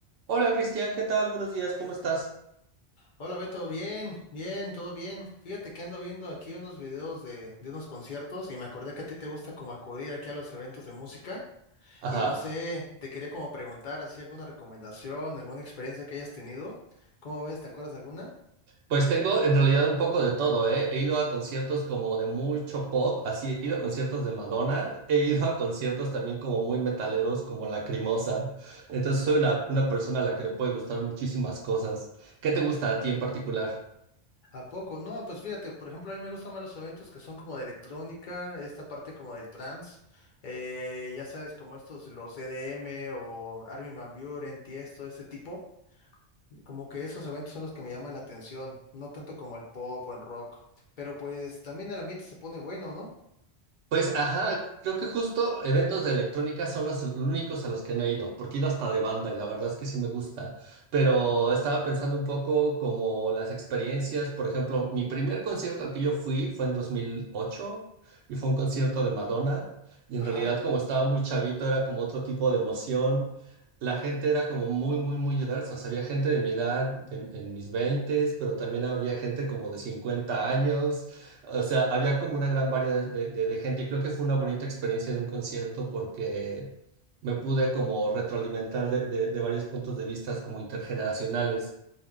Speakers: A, on the right (about 85°); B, on the left (about 55°).
A: Hola Cristian, ¿qué tal? Buenos días, ¿cómo estás?
B: Hola Beto, bien, bien, todo bien. Fíjate que ando viendo aquí unos videos de, de unos conciertos y me acordé que a ti te gusta como acudir aquí a los eventos de música
A: Ajá.
B: y no sé, te quería como preguntar así alguna recomendación, alguna experiencia que hayas tenido. ¿Cómo ves? ¿Te acuerdas de alguna?
A: Pues tengo en realidad un poco de todo, ¿eh? He ido a conciertos como de mucho pop, así he ido a conciertos de Madonna, he ido a conciertos también como muy metaleros, como Lacrimosa. Entonces soy una, una persona a la que le puede gustar muchísimas cosas. ¿Qué te gusta a ti en particular?
B: ¿A poco? No, pues fíjate, por ejemplo, a mí me gustan más los eventos que son como de electrónica, esta parte como del trance, eh, ya sabes, como estos, los EDM o Armin van Buuren, Tiesto, ese tipo. Como que esos eventos son los que me llaman la atención, no tanto como el pop o el rock, pero pues también el ambiente se pone bueno, ¿no?
A: Pues, ajá, creo que justo eventos de electrónica son los únicos a los que no he ido, porque he ido hasta de banda y la verdad es que sí me gusta, pero estaba pensando un poco como las experiencias, por ejemplo, mi primer concierto al que yo fui fue en 2008 y fue un concierto de Madonna y en
B: Ajá.
A: realidad como estaba muy chavito era como otro tipo de emoción, la gente era como muy, muy, muy diversa, o sea, había gente de mi edad, de- en mis veintes, pero también había gente como de 50 años. O sea, había como una gran variedad de, de, de gente y creo que fue una bonita experiencia de un concierto porque me pude como retroalimentar de, de- de varios puntos de vista como intergeneracionales.